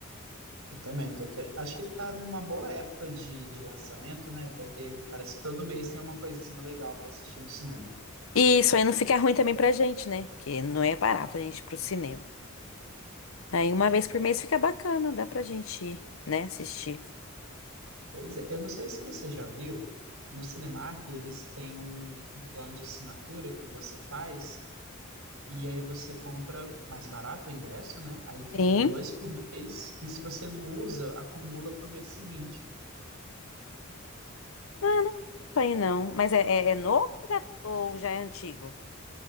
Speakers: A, on the right; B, on the left.
A: Eu também, eu tô querendo. Acho que tá numa boa época de, de lançamento, né? Vai ter, parece que todo mês tem uma coisinha legal para assistir no cinema.
B: E isso aí não fica ruim também pra gente, né? Que não é barato a gente ir pro cinema. Aí uma vez por mês fica bacana, dá pra gente ir, né? Assistir.
A: Pois é, eu não sei se você já viu, no Cinemark eles têm um, um plano de assinatura que você faz e aí você compra mais barato o ingresso, né? Aí ficam
B: Sim.
A: dois por mês e se você não usa, acumula para o mês seguinte.
B: Ah, não sei não. Mas é, é, é novo ou já, ou já é antigo?